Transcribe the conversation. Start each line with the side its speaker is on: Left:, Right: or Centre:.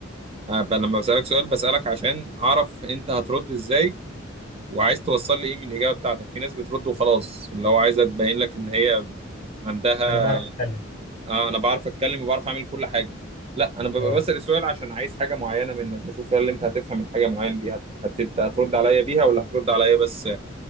Right: أبقى لما بسألك سؤال بسألك عشان اعرف انت هترد ازاي وعايز توصل لي ايه من الاجابه بتاعتك في ناس بترد وخلاص اللي هو عايزه تبين لك ان هي عندها
Left: انا بعرف اتكلم
Right: آه انا بعرف اتكلم وبعرف اعمل كل حاجه لا انا ببقى
Left: اه
Right: بسال سؤال عشان عايز حاجه معينه منك بشوف هل انت هتفهم الحاجه معينه دي هت... هت... هترد عليا بيها ولا هترد عليا بس